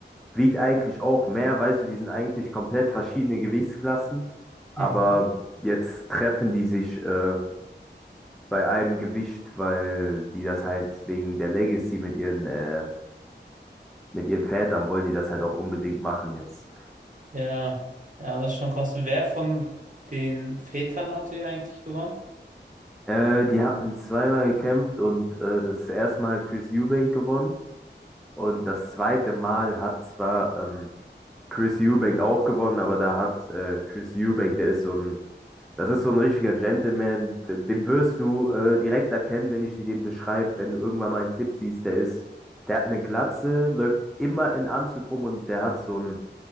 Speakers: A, in the centre; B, on the right (about 45°).
A: wiegt eigentlich auch mehr, weißt du, die sind eigentlich komplett verschiedene Gewichtsklassen, aber
B: Mhm.
A: jetzt treffen die sich äh, bei einem Gewicht, weil die das halt wegen der Legacy mit ihren, äh, mit ihren Vätern wollen die das halt auch unbedingt machen jetzt.
B: Ja, ja, das ist schon krass. Wer von den Vätern hat er eigentlich gewonnen?
A: Äh, die hatten zweimal gekämpft und äh, das erste Mal hat Chris Eubank gewonnen und das zweite Mal hat zwar ähm, Chris Eubank auch gewonnen, aber da hat äh, Chris Eubank, der ist so ein Das ist so ein richtiger Gentleman. Den wirst du äh, direkt erkennen, wenn ich dir den beschreibe, wenn du irgendwann mal einen Clip siehst. Der ist, der hat eine Glatze, läuft immer in Anzug rum und der hat so ein,